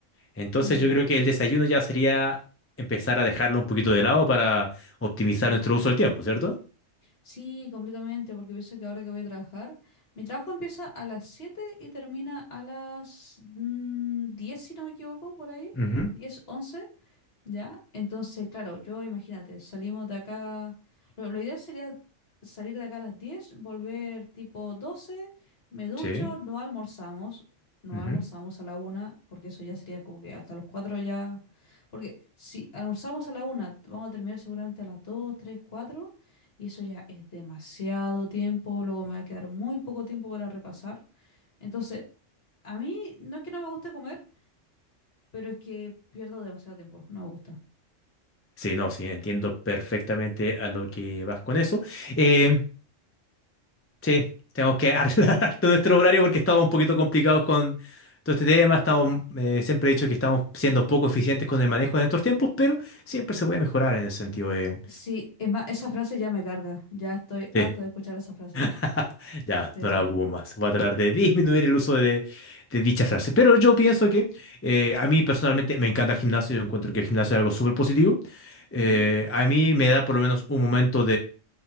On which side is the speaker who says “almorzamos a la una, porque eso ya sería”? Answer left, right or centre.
Left